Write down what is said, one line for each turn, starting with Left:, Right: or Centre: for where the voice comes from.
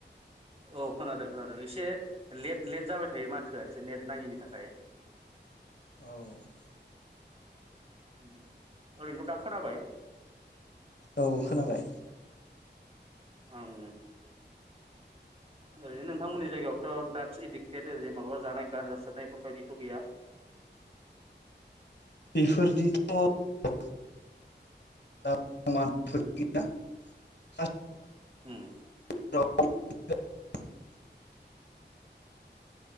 Right: औ खोनादों खोनादों एसे लेट लेट जाबाय थायो माथोआ एसे नेट नांङैनि थाखाय
Left: औ
Right: उम ओरैनोथ' दा खोनाबाय
Left: औ खोनाबाय
Right: आं ओरैनो नोंथांमोननि जायगायावथ' ड्राग्स एडिक्टेड ओरै माबा जानाय गानजा सोबनाय बेफोरबायदिथ' गैया
Left: बेफोरदिथ' <unintelligible>
Right: उम
Left: <unintelligible>